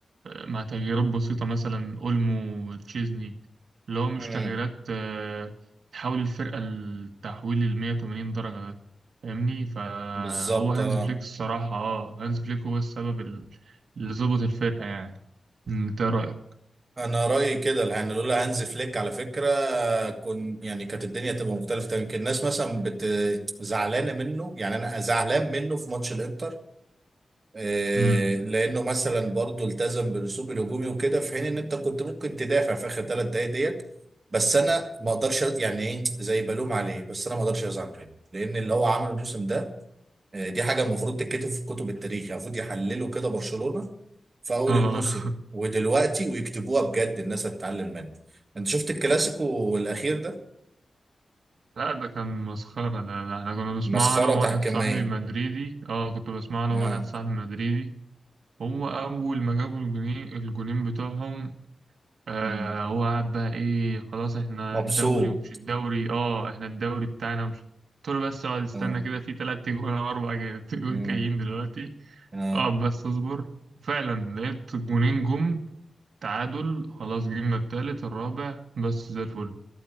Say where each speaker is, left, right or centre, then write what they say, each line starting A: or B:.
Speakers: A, on the right; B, on the right.
A: آه، مع تغييرات بسيطة مثلا اولمو تشيزني اللي هو مش
B: امم
A: تغييرات آه، تحول الفرقة التحويل ل 180 درجة ده فاهمني فهو
B: بالظبط
A: هانز
B: آه.
A: فليك الصراحة اه هانز فليك هو السبب ال- اللي ظبط الفرقة يعني انت رأيك؟
B: انا رايي كده يعني لولا هانز فليك على فكره كن يعني كانت الدنيا تبقى مختلفه تماما يمكن الناس مثلا بت زعلانه منه يعني انا زعلان منه في ماتش الانتر آه،
A: مم.
B: لانه مثلا برضه التزم بالاسلوب الهجومي وكده في حين ان انت كنت ممكن تدافع في اخر ثلاث دقائق ديت بس انا ما اقدرش أ- يعني ايه زي بلوم عليه بس انا ما اقدرش ازعل منه لان اللي هو عمله الموسم ده آه، دي حاجه المفروض تتكتب في كتب التاريخ يعني المفروض يحلله كده برشلونه في اول
A: اه
B: الموسم
A: <laughs>
B: ودلوقتي ويكتبوها بجد الناس هتتعلم منها انت شفت الكلاسيكو الاخير ده
A: لا ده كان مسخرة ده, ده احنا كنا بنسمعه
B: مسخره
A: أنا وواحد
B: تحكيميه
A: صاحبي مدريدي اه كنت بسمعه أنا
B: آه.
A: وواحد صاحبي مدريدي هو أول ما جابوا الجونين الجونين بتوعهم آه
B: مم.
A: هو قعد بقى إيه خلاص احنا
B: مبسوط
A: الدوري ومش الدوري اه احنا الدوري بتاعنا ومش قلت له بس اقعد استنى
B: آه.
A: كده في تلات تجوان أو أربع جاي- <laughs> تجوان
B: مم.
A: جايين دلوقتي
B: آه.
A: اقعد بس اصبر فعلا لقيت جونين جم تعادل خلاص جبنا التالت الرابع بس زي الفل